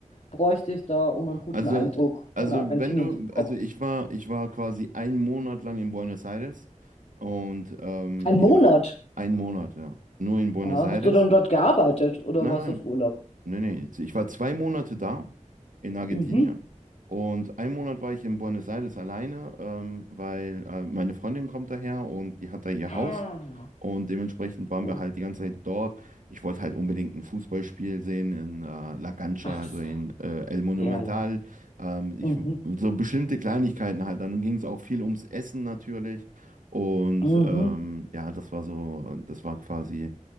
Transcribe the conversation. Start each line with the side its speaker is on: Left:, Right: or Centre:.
Left: bräuchte ich da, um einen guten
Right: Also,
Left: Eindruck
Right: also
Left: von Argentinien
Right: wenn du,
Left: zu bekommen?
Right: also ich war, ich war quasi einen Monat lang in Buenos Aires und ähm,
Left: Ein
Right: ich,
Left: Monat.
Right: einen Monat, ja, nur in Buenos
Left: Aha.
Right: Aires.
Left: Hast du dann dort gearbeitet oder
Right: Nein,
Left: warst auf Urlaub?
Right: Nee, nee, jetzt- ich war zwei Monate da in Argentinien
Left: Mhm.
Right: und einen Monat war ich in Buenos Aires alleine, ähm, weil äh, meine Freundin kommt daher und die hat da ihr
Left: Ah,
Right: Haus und dementsprechend waren
Left: So.
Right: wir halt die ganze Zeit dort. Ich wollte halt unbedingt ein Fußballspiel sehen in äh, La Cancha,
Left: ach
Right: also
Left: so,
Right: in äh, El Monumental.
Left: ja, ja.
Right: Ähm, ich,
Left: Mhm.
Right: so bestimmte Kleinigkeiten halt. Dann ging es auch viel ums Essen natürlich und
Left: Mhm.
Right: ähm, ja, das war so, das war quasi